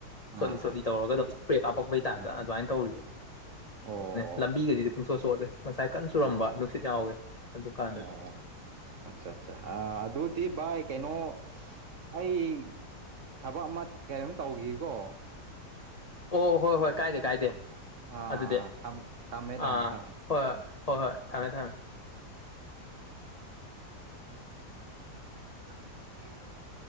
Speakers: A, on the right (about 55°); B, on the left (about 45°).
A: ꯑꯥ
B: ꯆꯣꯠꯂꯤ ꯆꯣꯠꯂꯤ ꯇꯧꯔꯒ ꯑꯗꯨꯝ ꯏꯁꯄ꯭ꯔꯦ ꯀꯥꯞꯄꯛꯄꯒꯤ ꯇꯥꯏꯞꯇ
A: ꯑꯥ
B: ꯑꯗꯨꯃꯥꯏꯅ ꯇꯧꯔꯤꯌꯦ
A: ꯑꯣ
B: ꯂꯝꯕꯤꯒꯩꯖꯤꯗꯤ ꯄꯨꯡꯆꯣꯠ ꯆꯣꯠꯂꯦ ꯉꯁꯥꯏ ꯀꯟ ꯆꯨꯔꯝꯕ
A: ꯑꯠꯆꯥ
B: ꯅꯨꯡꯁꯤꯠ ꯌꯥꯎꯋꯦ ꯑꯗꯨꯀꯥꯟꯗꯗꯤ
A: ꯑꯣ ꯑꯠꯆꯥ ꯑꯠꯆꯥ ꯑꯗꯨꯗꯤ ꯚꯏ ꯀꯩꯅꯣ ꯑꯩ ꯊꯕꯛ ꯑꯃ ꯀꯩꯅꯣꯝ ꯇꯧꯒꯤꯒꯦꯀꯣ
B: ꯑꯣ ꯍꯣꯏ ꯍꯣꯏ ꯀꯥꯏꯗꯦ ꯀꯥꯏꯗꯦ
A: ꯑꯥ
B: ꯑꯗꯨꯗꯤ
A: ꯊꯃꯦ ꯊꯝꯃꯦ ꯊꯝꯃꯦ
B: ꯑꯥ
A: ꯊꯝꯃꯦ
B: ꯍꯣꯏ ꯍꯣꯏ ꯍꯣꯏ ꯍꯣꯏ ꯊꯝꯃꯦ ꯊꯝꯃꯦ
A: <unintelligible>